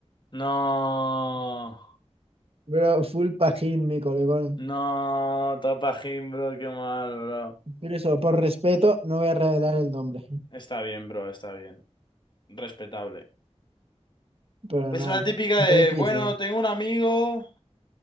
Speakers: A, on the left; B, on the right.
A: No,
B: Pero full pajín, mi colegón.
A: no, Tapajín, bro, qué mal, bro.
B: Pero eso, por respeto, no voy a revelar el nombre.
A: Está bien, bro, está bien. Respetable.
B: Pero
A: Es
B: nada.
A: la típica
B: Entonces
A: de,
B: quise,
A: bueno, tengo un amigo